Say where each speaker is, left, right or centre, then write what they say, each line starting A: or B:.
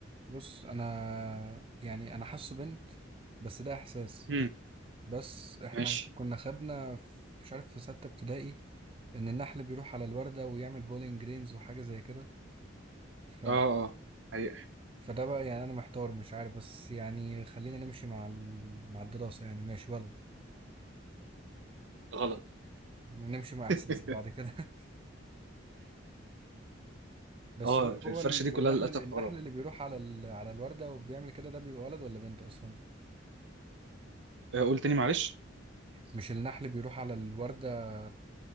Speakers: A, on the right (about 30°); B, on the right (about 65°).
A: بص انا يعني انا حاسه بنت بس ده احساس
B: امم
A: بس احنا
B: ماشي
A: كنا خدنا في- مش عارف في ستة ابتدائي ان النحل بيروح على الوردة ويعمل بولينج جرينز وحاجة زي كده ف...
B: اه اه حقيقة
A: فده بقى يعني انا محتار مش عارف بس يعني خلينا نمشي مع ال... مع الدراسة يعني ماشي ولد
B: غلط
A: نمشي مع احساسي
B: <laughs>
A: بعد كده <laughs> بس
B: اه
A: هو
B: الفرشة
A: هو ال-
B: دي كلها
A: النحل
B: للأسف
A: النحل
B: غلط
A: اللي بيروح على ال... على الوردة وبيعمل كده ده بيبقى ولد ولا بنت اصلا
B: آه، قول تاني معلش
A: مش النحل بيروح على الوردة